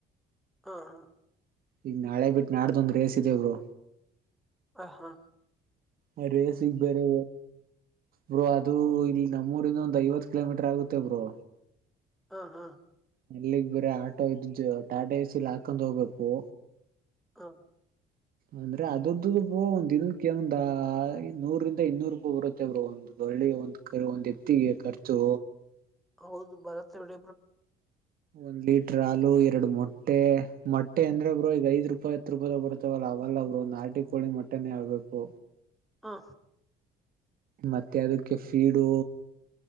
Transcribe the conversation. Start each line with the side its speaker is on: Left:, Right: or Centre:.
Centre: ಹಾ ಹಾ
Right: ಈಗ ನಾಳೆ ಬಿಟ್ಟು ನಾಡ್ದೊಂದ್ ರೇಸ್ ಇದೆ ಬ್ರೋ
Centre: ಹ ಹಾ
Right: ಆ ರೇಸಿಗ್ ಬೇರೆ ಬ್ರೋ ಅದು ಇಲ್ಲಿ ನಮ್ಮೂರಿಂದ ಒಂದ್ ಐವತ್ ಕಿಲೋಮೀಟರ್ ಆಗುತ್ತೆ ಬ್ರೋ
Centre: ಹಾ ಹಾ
Right: ಅಲ್ಲಿಗ್ ಬೇರೆ ಆಟೋ ಇದ ಟಾಟಾ ಎಸಲಿ ಹಾಕೊಂದು ಹೋಗ್ಬೇಕು ಬ್ರೋ
Centre: ಹಾ
Right: ಅಂದ್ರೆ ಅದಂದ್ದು ಒಂದ್ ದಿನಕ್ಕೆ ಒಂದ ನೂರಿಂದ ಇನ್ನೂರು ರೂಪಾಯ ಬರುತ್ತೆ ಬ್ರೋ ಒಂದು ಒಳ್ಳೆಯ ಒಂದು ಕ ಒಂದು ಎತ್ತಿಗೆ ಖರ್ಚು
Centre: ಹೌದು ಭರತ್ಡಿಯಪರ
Right: ಒಂದ್ ಲೀಟ್ರರ್ ಹಾಲು ಎರಡು ಮೊಟ್ಟೆ ಮೊಟ್ಟೆ ಅಂದ್ರೆ ಬ್ರೋ ಈಗ ಐದ್ ರೂಪಾಯಿ ಹತ್ತು ರೂಪಾಯಿದಾಗ ಬರ್ತವಲ್ಲ ಅವಲ್ಲ ಅವರು ನಾಟಿ ಕೋಳಿ ಮಟ್ಟನೇ ಆಗ್ಬೇಕು
Centre: ಹಾ
Right: ಮತ್ತೆ ಅದಕ್ಕೆ ಫೀಡು